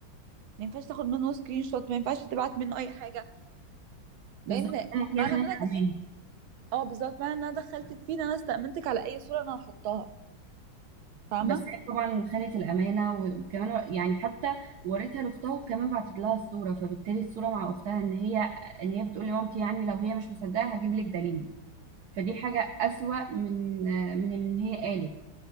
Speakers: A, on the right (about 85°); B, on the right (about 65°).
A: ما ينفعش تاخد منه سكرين شوت ما ينفعش تبعت منه اي حاجه
B: بالظبط
A: لان
B: هي
A: معنى
B: خانت
A: ان انا دخلت
B: أمان
A: اه بالظبط معنى ان انا دخلتك فيه إن انا استأمنتك على اي صورة انا هحطها فاهمة
B: بس هي طبعا خانت الامانه و- وكمان و- يعني حتى وريتها لاختها وكمان بعتت لها الصوره فبالتالي الصوره مع اختها ان هي ان هي بتقول لمامتي يعني لو هي مش مصدقه هجيب لك دليل فدي حاجه اسوأ من من ان هي قالت